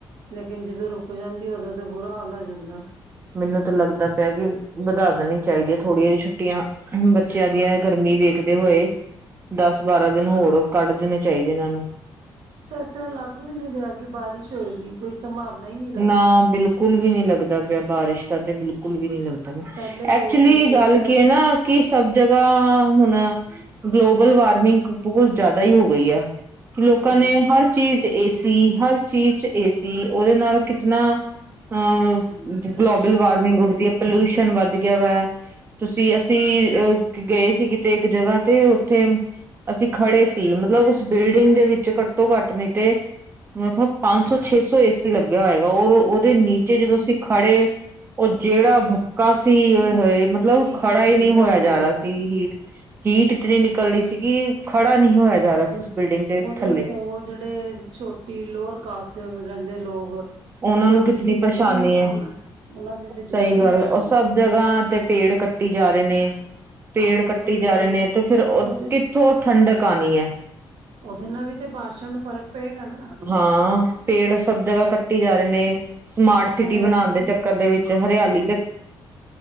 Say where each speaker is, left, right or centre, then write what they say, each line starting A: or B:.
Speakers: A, on the right; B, on the right.
A: ਲੇਕਿਨ ਜਦੋਂ ਰੁਕ ਜਾਂਦੀ ਏ ਔਦੋਂ ਤੇ ਬੁਰਾ ਹਾਲ ਹੋ ਜਾਂਦਾ।
B: ਮਿਨੂੰ ਤੇ ਲੱਗਦਾ ਪਿਆ ਕਿ, ਵਧਾ ਦੇਣੀ ਚਾਈਦੀ ਏ ਥੋੜ੍ਹੀਆ ਜੀ ਛੁੱਟੀਆਂ। ਬੱਚਿਆਂ ਦੀਆਂ ਐਹ ਗਰਮੀ ਵੇਖਦੇ ਹੋਏ ਦਸ -ਬਾਰਾਂ ਦਿਨ ਹੋਰ ਕੱਢ ਦੇਣੇ ਚਾਹੀਦੇ ਏਨਾਂ ਨੂੰ।
A: ਐਸ ਲੱਗ ਵੀ ਨਹੀਂ ਰਿਹਾ ਕਿ ਬਾਰਿਸ਼ ਹੋਏਗੀ। ਕੋਈ ਸੰਭਾਵਨਾ ਹੀ ਨਹੀਂ। ਲੱਗ
B: ਨਾ
A: ਰਹੀ
B: ਬਿਲਕੁਲ ਵੀ ਨਹੀਂ ਲੱਗਦਾ ਪਿਆ ਬਾਰਿਸ਼ ਦਾ ਤੇ ਬਿਲਕੁ ਬਿਲਕੁਲ ਵੀ ਨਹੀਂ ਲੱਗਦਾ ਪਆ।
A: ਪਹਿਲੇ ਦੋ
B: ਐਕਚੁਲੀ
A: ਤਿੰਨ ਦਿਨ
B: ਗੱਲ ਕੀ ਏ ਨਾ ਕਿ ਸਭ ਜਗ੍ਹਾ ਹੁਣ ਗਲੋਬਲ ਵਾਰਮਿੰਗ ਕੁ ਕੁਛ ਜ਼ਿਆਦਾ ਹੀ ਹੋ ਗਈ ਹੈ। ਕਿ ਲੋਕਾਂ
A: ਹਾਂਜੀ
B: ਨੇ ਹਰ ਚੀਜ਼ ਚ' ਏਸੀ, ਹਰ ਚੀਜ਼ ਚ' ਏਸੀ। ਉਹਦੇ ਨਾਲ ਕਿਤਨਾ, ਹੂ, ਮ
A: ਪੋਲੂਸ਼ਨ
B: ਗਲੋਬਲ ਵਾਰਮਿੰਗ
A: ਵੱਧ ਗਿਆ
B: ਉੱਡਦੀ ਏ ਪੋਲਿਊਸ਼ਨ ਵੱਧ ਗਿਆ ਵੈ। ਤੁਸੀਂ ਅਸੀਂ ਅ ਗਏ ਸੀ ਕਿਤੇ ਇੱਕ ਜਗ੍ਹਾ ਤੇ, ਉੱਥੇ ਅਸੀਂ ਖੜੇ ਸੀ, ਮਤਲਬ ਉਸ ਬਿਲਡਿੰਗ ਦੇ ਵਿੱਚ ਘੱਟੋ- ਘੱਟ ਨਹੀਂ ਤੇ ਮਤਲਬ ਪੰਜ ਸੌ- ਛੇ ਸੌ ਏ ਸੀ ਲੱਗਿਆ ਹੋਏਗਾ, ਉ ਉਹਦੇ ਨੀਚੇ
A: ਹਾਂ
B: ਜਦੋਂ ਅਸੀਂ ਖੜੇ ਉਹ ਜਿਹੜਾ
A: ਤੇ ਉਹਦੀ
B: ਭੱਕਾ ਸੀ ਹੋ-ਹੋ!
A: ਕਿੰਨੀ
B: ਮਤਲਬ
A: ਕਿੰਨੀ
B: ਖੜਾ
A: ਹੀਟ
B: ਹੀ
A: ਨਿਕਲ
B: ਨਹੀਂ ਹੋਇਆ
A: ਰਹੀ
B: ਜਾ
A: ਉੱਥੋਂ
B: ਰਿਹਾ ਸੀ ਹੀਟ ਹੀਟ ਇੱਤਨੀ ਨਿਕਲਦੀ ਸੀ ਕਿ, ਖੜਾ ਨਹੀਂ ਹੋਇਆ ਜਾ ਰਿਹਾ ਸੀ। ਬਿਲਡਿੰਗ ਦੇ
A: ਔਦੇ
B: ਥੱਲੇ
A: ਕੋਲ ਜੇੜੇ ਛੋਟੀ ਲੋਅਰ ਕਾਸਟ ਦੇ ਰੈੰਦੇ ਲੋਗ
B: ਉਹਨਾਂ
A: ਔਨਾਂ
B: ਨੂੰ
A: ਦੀ
B: ਕਿਤਨੀ
A: ਤੇ ਜ਼ਿੰਦਗੀ
B: ਪਰੇਸ਼ਾਨੀ
A: ਹਰਾਮ ਹੈ, ਉਨਾਂ ਦੀ ਤੇ ਜ਼ਿੰਦਗੀ
B: ਸਹੀ ਗੱਲ
A: ਹਰਾਮ
B: ਉਹ ਸਭ
A: ਹੈ।
B: ਜਗ੍ਹਾ ਤੇ ਪੇੜ ਕੱਟੀ ਜਾ ਰੇ ਨੇ। ਪੇੜ
A: ਹਾਂ
B: ਕੱਟੀ
A: ਉਹਦੇ
B: ਜਾ
A: ਨਾਲ
B: ਰੇ ਨੇ
A: ਵੀ
B: ਤੇ ਫਿਰ ਓਹ,
A: ਉਹਦੇ
B: ਕਿੱਥੋਂ ਠੰਡਕ ਆਣੀ ਐ।
A: ਔਦੇ ਨਾਲ ਵੀ ਤੇ ਬਾਰਸ਼ਾ ਨੂੰ ਫ਼ਰਕ ਪਏਗਾ ਨਾ।
B: ਹਾਂ, ਪੇੜ ਸਭ ਜਗ੍ਹਾ ਕੱਟੀ ਜਾ ਰੇ ਨੇ। ਸਮਾਰਟ ਸਿਟੀ
A: ਹਰਿਆਲੀ
B: ਬਣਾਣ ਦੇ ਚੱਕਰ ਦੇ ਵਿੱਚ ਹਰਿਆਲੀ ਤੇ